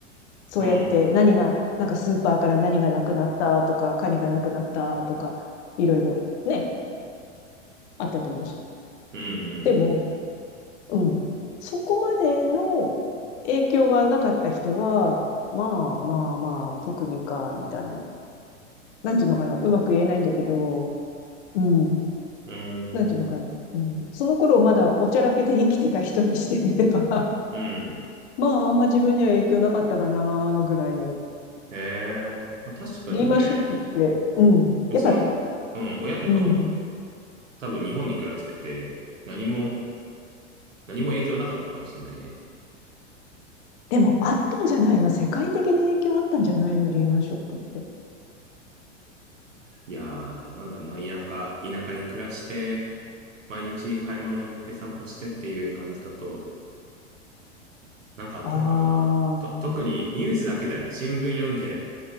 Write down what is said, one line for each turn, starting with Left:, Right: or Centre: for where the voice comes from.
Left: そうやって何が、
Right: うん。
Left: なんかスーパーから何がなくなったとか、カニがなくなったとか、いろいろね、あったと思うし。
Right: うん、
Left: でも、
Right: うん、
Left: うん。そこまでの影響がなかった人は、まあまあまあ、特にか、みたいな。なんていうのかな。うまく言えないんだけど、うん。
Right: うん。
Left: なんていうのかな。
Right: うん。
Left: うん。その頃まだおちゃらけて生きてた人にしてみれば、<laughs>
Right: うん。うん
Left: まああんま自分には影響なかったかな、ぐらいの。
Right: へえ。まあ、確かにね。
Left: リーマンショックって、うん。
Right: うちの、
Left: やっぱ、
Right: うん、親とかも
Left: うん。
Right: 多分日本に暮らしてて、何も、何も影響なかったかもしれないね。
Left: でもあったんじゃないの世界的に影響あったんじゃないのリーマンショックって。
Right: いやー、どうなんだろうな。田舎、田舎に暮らして、毎日買い物行って散歩してっていう感じだと、なんかあったのかな。
Left: ああ。
Right: と、特にニュースだけじゃない。新聞読んで、